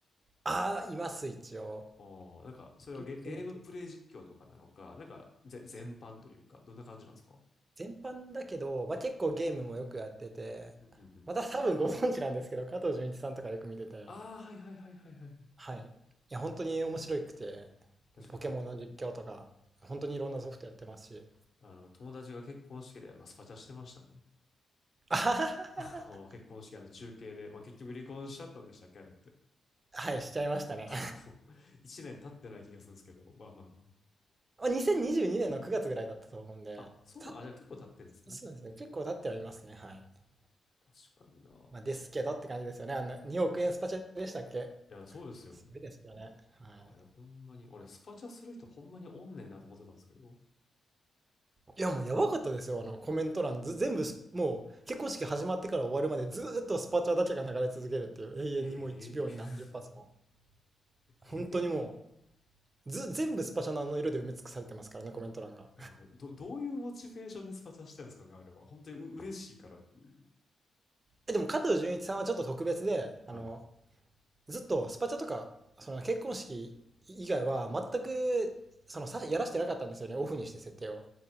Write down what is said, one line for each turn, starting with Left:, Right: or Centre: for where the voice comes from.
Right: ああ、います、一応。
Left: おーなんか、それはゲ、
Right: よく見てる。
Left: ゲームプレイ実況とかなのか、なんか、ぜ、全般というか、
Right: はい
Left: どんな感じなんですか
Right: 全般だけど、まあ、結構ゲームもよくやってて、
Left: うんうんうん
Right: また多分ご存知なんですけど、加藤純一さんとかよく見てて、
Left: ああ、はいはいはいはいはい。
Right: はい。いや、本当に面白くて、
Left: 確かに。
Right: ポケモンの実況とか、本当にいろんなソフトやってますし。
Left: あの、友達が結婚式で、あの、スパチャしてましたね。
Right: あははは
Left: <laughs> あの、
Right: は
Left: 結婚式、あの、中継で、まあ、結局離婚しちゃったんでしたっけ、あれって。
Right: はい、しちゃいましたね。
Left: <laughs> もう一年経ってない気がするんですけど、まあまあまあ。
Right: まあ2022年の9月ぐらいだったと思うんで、
Left: あ、そうなん、
Right: た、
Left: あ、じゃあ結構経ってるんですね。
Right: そうですね、結構経ってはいますね、はい。
Left: 確かにな。
Right: まあ、ですけどって感じですよね。あの、2億円スパチャでしたっけ
Left: いや、そうですよ。
Right: すごいですよね。はい。
Left: あれ、ほんまに、俺、スパチャする人ほんまにおんねんなと思ってたんですけど。
Right: いや、もうやばかったですよ、あの、コメント欄、ず、全部す、もう、結婚式始まってから終わるまでずーっとスパチャだけが流れ続けるっていう、永遠にもう1秒に何十発も。
Left: ええ
Right: 本当にも
Left: ええ
Right: う、ず、全部スパチャのあの色で埋め尽くされてますからね、コメント欄が。
Left: えこれど、どういうモチベーションでスパチャしてるんですかね、あれは。本当にう嬉しいからっていう。
Right: え、でも、加藤純一さんはちょっと特別で、
Left: はい。
Right: あの、ずっとスパチャとか、その結婚式以外は全く、そのさやらしてなかったんですよね、オフにして設定を。